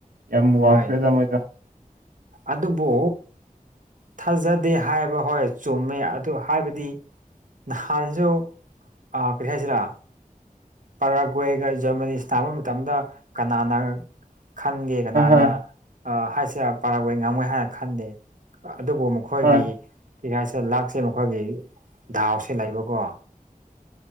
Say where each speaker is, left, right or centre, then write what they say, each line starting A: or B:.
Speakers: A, on the right; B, on the right.
A: ꯌꯥꯝ ꯋꯥꯡꯈ꯭ꯔꯦꯗ
B: ꯍꯣꯏ
A: ꯃꯣꯏꯗꯣ
B: ꯑꯗꯨꯕꯨ ꯊꯥꯖꯗꯦ ꯍꯥꯏꯕ ꯍꯣꯏ ꯆꯨꯝꯃꯦ ꯑꯗꯨ ꯍꯥꯏꯕꯗꯤ ꯅꯍꯥꯟꯁꯨ ꯑꯥ ꯀꯔꯤ ꯍꯥꯏꯁꯤꯔꯥ ꯄꯔꯒ꯭ꯋꯦꯒ ꯖꯔꯃꯅꯤꯁ ꯇꯥꯕ ꯃꯇꯝꯗ ꯀꯅꯥꯅ ꯈꯟꯒꯦ ꯀꯅꯥꯅ
A: ꯑ ꯍꯣꯏ
B: ꯍꯥꯏꯁꯦ ꯄꯔꯥꯕꯣꯏ ꯉꯥꯃꯣꯏ ꯍꯥꯏꯅ ꯈꯟꯗꯦ ꯑꯗꯨꯕꯨ ꯑꯃꯨ ꯃꯈꯣꯏꯒꯤ
A: ꯍꯣꯏ
B: <unintelligible> ꯂꯥꯛꯁꯦ ꯃꯈꯣꯏꯒꯤ ꯗꯥꯎꯁꯦ ꯂꯩꯕꯀꯣ